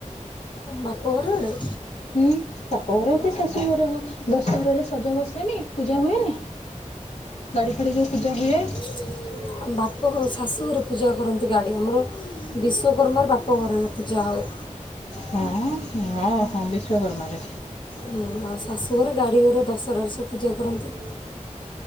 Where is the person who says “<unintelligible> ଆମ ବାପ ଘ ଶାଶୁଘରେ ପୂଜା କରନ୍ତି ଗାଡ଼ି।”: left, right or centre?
Left